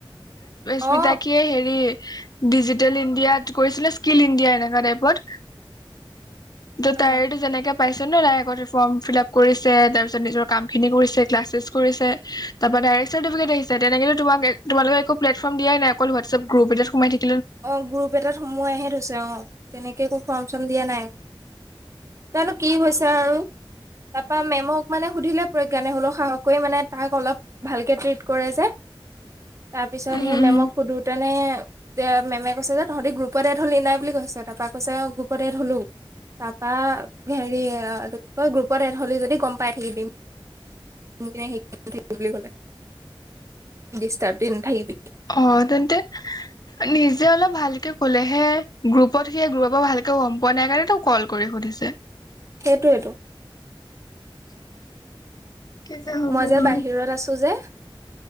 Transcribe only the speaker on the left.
স্মিতাকিয়ে
হেৰি ডিজিটেল ইণ্ডিয়াত কৰিছিলে স্কিল ইণ্ডিয়া এনেকা টাইপত ত'
তাইৰ এইটো যেনেকা পাইছে নে নাই আগতে ফৰ্ম ফিলাপ কৰিছে তাৰ পিছত নিজৰ কাম খিনি কৰিছে ক্লাছেছ কৰিছে। তাৰপৰা ডাইৰেক্ট চাৰ্টিফিকেট আহিছে তেনেকেতো তোমালোকক একো প্লেটফৰ্ম দিয়াই অকল হোৱাটছএপ গ্ৰুপ এটাত সোমাই থাকিব
উম
উম
অ, তেন্তে নিজে অলপ ভালকে ক'লেহে গ্ৰুপত সেই গ্ৰুপৰ ভালকে গম পোৱা নাই কাৰণেতো কল কৰি সুধিছে।
কেতিয়া হ'ব
আৰু